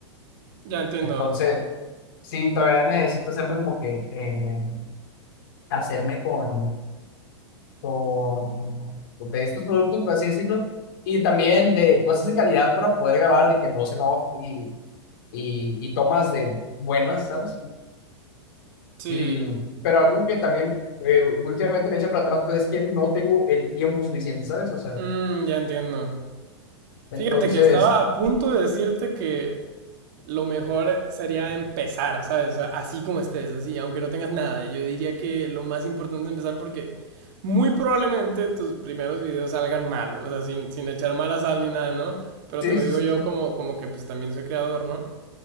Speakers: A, on the right; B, on the left.
A: Ya entiendo.
B: Entonces, sí, todavía necesito hacerme como que, eh, hacerme con con de estos productos, por así decirlo, y también de cosas de calidad para poder grabar de que voz en off y, y, y tomas de buenas, ¿sabes?
A: Sí.
B: Mm, pero algo que también eh, últimamente me echa para atrás, pues es que no tengo el tiempo suficiente, ¿sabes? O sea,
A: Mm, ya entiendo.
B: entonces,
A: Fíjate que estaba a punto de decirte que... lo mejor sería empezar, ¿sabes? O sea, así como estés, así, aunque no tengas nada. Yo diría que lo más importante es empezar porque muy probablemente tus primeros videos salgan mal, o sea, sin, sin echar mala sal ni nada, ¿no? Pero
B: sí,
A: te lo
B: sí,
A: digo
B: sí,
A: yo
B: sí,
A: como, como que pues también soy creador, ¿no?